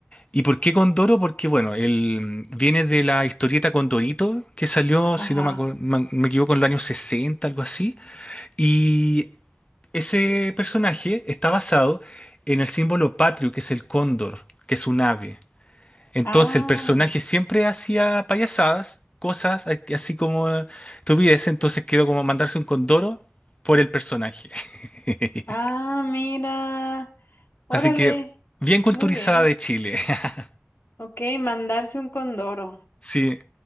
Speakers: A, on the left; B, on the left.
A: ¿Y por qué Condoro? Porque, bueno, él viene de la historieta Condorito que salió,
B: ajá.
A: si no me, acuer- me me equivoco, en los años 60, algo así. Y Ese personaje está basado en el símbolo patrio, que es el cóndor, que es un ave. Entonces
B: Ah,
A: el personaje siempre hacía payasadas, cosas a- así como eh, tuviese, entonces quedó como mandarse un condoro por el personaje. <laughs>
B: ah, mira. Órale.
A: Así que bien culturizada
B: Muy bien.
A: de Chile. <laughs>
B: Ok, mandarse un condoro.
A: Sí,